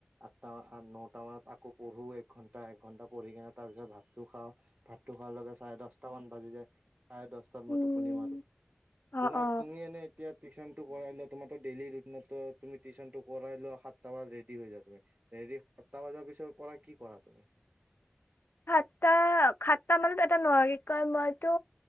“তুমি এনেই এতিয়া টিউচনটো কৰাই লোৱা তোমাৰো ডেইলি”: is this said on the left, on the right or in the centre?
Right